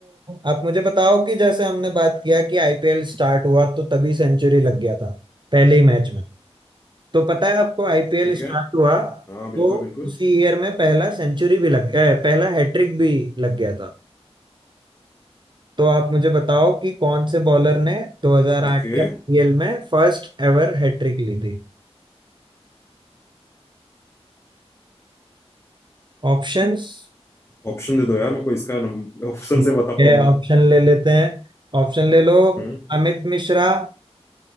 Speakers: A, on the right; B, on the left.
A: आप मुझे बताओ कि जैसे हमने बात किया कि आईपीएल स्टार्ट हुआ तो तभी सेंचुरी लग गया था पहले ही मैच में तो पता है आपको आईपीएल
B: ठीक है
A: स्टार्ट हुआ
B: हाँ बिल्कुल
A: तो
B: बिल्कुल
A: उसी ईयर में पहला सेंचुरी भी लग गया पहला हैट्रिक भी लग गया था तो आप मुझे बताओ कि कौन से बॉलर ने 2008
B: ओके
A: के आईपीएल में फर्स्ट एवर हैट्रिक ली थी ऑप्शंस
B: ऑप्शन दे दो यार मेरे को इसका ऑप्शन
A: ठीक
B: से बता
A: है
B: पाऊंगा मैं।
A: ऑप्शन ले लेते हैं ऑप्शन ले लो
B: हम्म
A: अमित मिश्रा